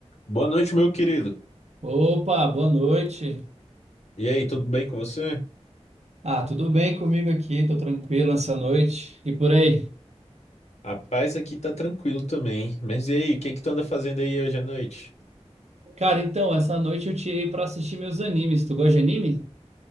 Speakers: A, on the left; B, on the right.
A: Boa noite, meu querido.
B: Opa, boa noite.
A: E aí, tudo bem com você?
B: Ah, tudo bem comigo aqui? Tô tranquilo essa noite. E por aí?
A: A paz aqui tá tranquilo também. Mas e aí, o que que tu anda fazendo aí hoje à noite?
B: Cara, então, essa noite eu tirei pra assistir meus animes. Tu gosta de anime?